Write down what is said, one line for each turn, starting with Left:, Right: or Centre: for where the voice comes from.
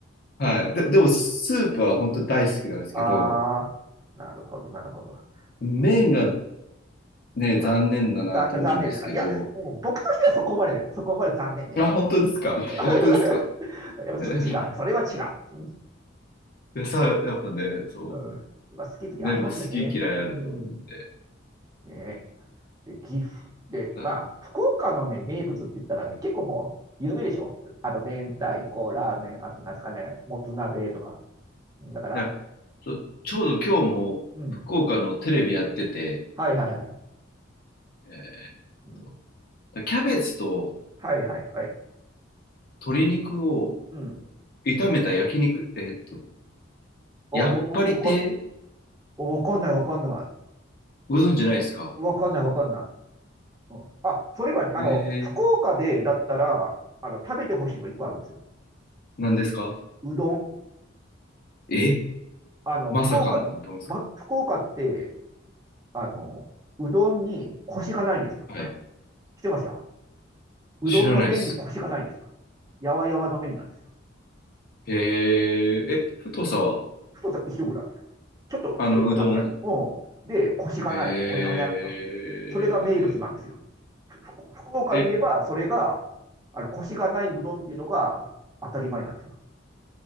Left: はい。
Right: 展開。
Left: で、でも、スープは本当大好きなんですけど、
Right: ああ、なるほど、なるほど。
Left: 麺が
Right: うん。
Left: ね、
Right: あ、
Left: 残念だなと思うんですけど。
Right: ざ、残念ですか。いや、もう僕としてはそこまで、そこまで残念ではな
Left: あ、本当ですか。
Right: く。
Left: 本当ですか
Right: <laughs> やっぱちょっと違うな。
Left: <laughs>
Right: それは違う。
Left: いやさ、やっぱね、そう。
Right: うん。やっぱ好き好きありますよね。
Left: ね、もう好き嫌いあると思うんで。
Right: うん。ね。で、岐阜。で、
Left: だ
Right: まあ、福岡のね、名物って言ったらね、結構もう有名でしょあと、明太子、ラーメン、あと、なんですかね、もつ鍋とか。だから、
Left: いや、ちょ、ちょうど今日も福岡のテレビやってて、
Right: うん。はいはいはい。
Left: えーっと、
Right: うん、
Left: だキャベツと
Right: はいはいはい。
Left: 鶏肉を
Right: うん。
Left: 炒めた焼肉、えーっと、
Right: あ、
Left: やっぱり亭、
Right: わ、わ、わわかんないわかんない。
Left: ご存知ないですか
Right: わかんないわかんない。うん。あ、それはね、あの、
Left: え
Right: 福岡でだったら、
Left: ー、
Right: あの、食べてほしいのが一個あるんですよ。
Left: 何ですか
Right: うどん。
Left: え
Right: あの、
Left: まさかのうどんですか
Right: 福岡、ま、福岡って、あの、うどんにコシがないんですよ。
Left: はい。
Right: 来てますよ。うどんの麺にコシがないんですよ。
Left: 知らないです。
Right: やわやわの麺なんですよ。
Left: へえ、
Right: うん
Left: え、太さは、
Right: 太さ一緒ぐらい。ちょっと太いかなぐらい。
Left: あの、うどん、
Right: うん。で、コシがない。
Left: へえ、
Right: おにゃおにゃっと。それが名物なんですよ。福岡で言えば、
Left: え、え
Right: それが、あの、コシがないうどんっていうのが当たり前なんですよ。